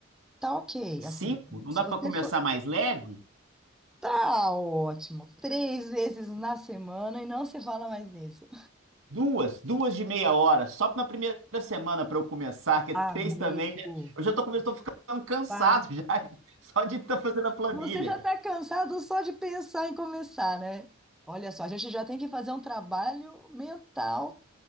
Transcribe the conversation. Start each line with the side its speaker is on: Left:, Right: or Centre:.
Centre: Tá ok,
Right: Cinco,
Centre: assim,
Right: não
Centre: se
Right: dá
Centre: você
Right: pra começar
Centre: for,
Right: mais leve?
Centre: tá ótimo, três vezes na semana e não se fala mais nisso.
Right: Duas, duas de meia hora, só na primeira semana pra eu começar, que é três
Centre: Amigo,
Right: também. já- Eu já tô começando, tô ficando cansado
Centre: para.
Right: já, <laughs> só de estar fazendo a planilha.
Centre: Você já está cansado só de pensar em começar, né? Olha só, a gente já tem que fazer um trabalho mental